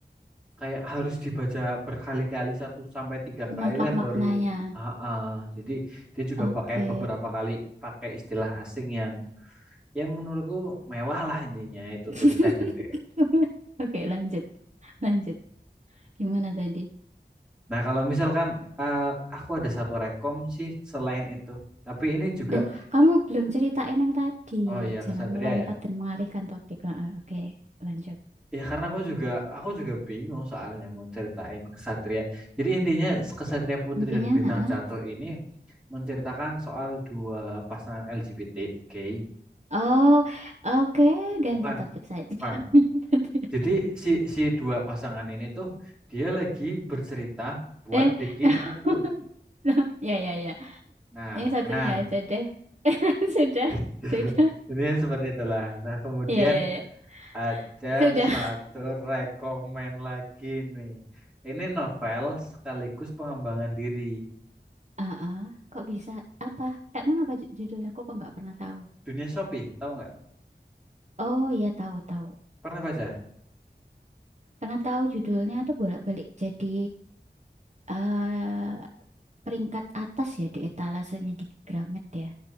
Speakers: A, in the centre; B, on the right.
A: kayak harus dibaca berkali-kali satu sampai tiga
B: menangkap
A: kali lah
B: maknanya.
A: baru. Ah, ah. Jadi dia juga
B: Oke.
A: pakai beberapa kali pakai istilah asing yang ya menurutku mewah lah intinya itu
B: <laughs>
A: tulisannya tuh. ya.
B: Oke, lanjut. Lanjut. Gimana tadi?
A: Nah, kalau misalkan eh, aku ada satu rekom sih selain itu. Tapi ini juga
B: Duh, kamu belum ceritain yang tadi.
A: Oh iya
B: Jangan
A: kesatria
B: melompat
A: ya.
B: dan mengalihkan topik. Heeh, Oke, lanjut.
A: Ya karena aku juga aku juga bingung soalnya mau ceritain kesatria. Jadi intinya kesatria putri
B: Intinya,
A: dan bintang
B: heeh.
A: jatuh ini menceritakan soal dua pasangan LGBT gay.
B: Oh, oke, ganti
A: Bukan,
B: topik saja.
A: bukan.
B: <laughs> Ganti-
A: Jadi si si dua pasangan ini tuh dia lagi bercerita buat
B: Eh,
A: bikin
B: <laughs>
A: buku.
B: ya, ya, ya.
A: Nah,
B: Yang satunya
A: nah
B: aja deh. <laughs> Sudah,
A: <laughs>
B: sudah.
A: ini seperti itulah. Nah, kemudian
B: Ya, ya, ya.
A: Ada
B: Sudah.
A: satu rekomen lagi nih. Ini novel sekaligus pengembangan diri.
B: Heeh, Kok bisa? Apa? Emang apa ju- judulnya? Kok kok nggak pernah tahu?
A: Dunia Shopee, tahu nggak?
B: Oh, iya tahu, tahu.
A: Pernah baca?
B: Pernah tahu judulnya tuh bolak-balik. Jadi, eh peringkat atas ya di etalasenya di Gramet ya.